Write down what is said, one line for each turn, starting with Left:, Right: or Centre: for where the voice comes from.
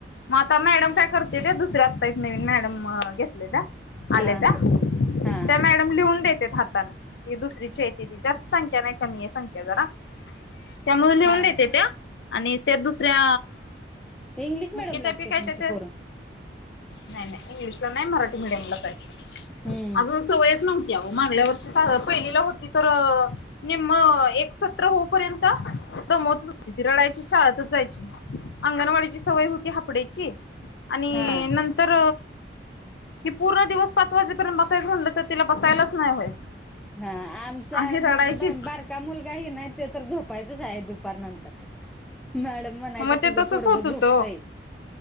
Left: मग आता मॅडम काय करत्या त्या दुसऱ्या आत्ता एक नवीन मॅडम घेतले त्या. आले
Centre: हा
Left: त्या,
Centre: हा हा
Left: त्या मॅडम लिहून देत्यात हातानं ही दुसरी <unintelligible> जास्त संख्या नाही कमी आहे संख्या जरा त्यामुळं लिहून
Centre: हा
Left: देत्यात्या. आणि त्या दुसऱ्या
Centre: इंग्लिश
Left: मुख्याध्यापिका
Centre: मिडयमला आहेत काय तुमची
Left: त्या
Centre: पोरं?
Left: नाही नाही इंग्लिशला नाही मराठी मीडियमलाच हाय.
Centre: हम्म
Left: अजून सोयचं नव्हती आव मागल्या वर्षी पहिलीला होती तर निम्म एक सतरा होऊ पर्यंत दमवत होती ती रडायचीच. शाळेतचं जायची अंगणवाडीची सवय होती हाप डे ची आणि
Centre: हा
Left: नं तर कि पूर्ण दिवस पाच वाजेपर्यंत बसायचं म्हटलं तर तिला बसायलाचं नाही व्हायचं.
Centre: हा आमचा
Left: आणि
Centre: माझा
Left: रडायचीच
Centre: बा बारका मुलगा आहे की नाय त्यो तर झोपायचं शाळेत दुपार नं मॅडम म्हणायच्या
Left: मग ते
Centre: तुझं
Left: तसच
Centre: पोरगं
Left: होत
Centre: झोपतंय.
Left: होत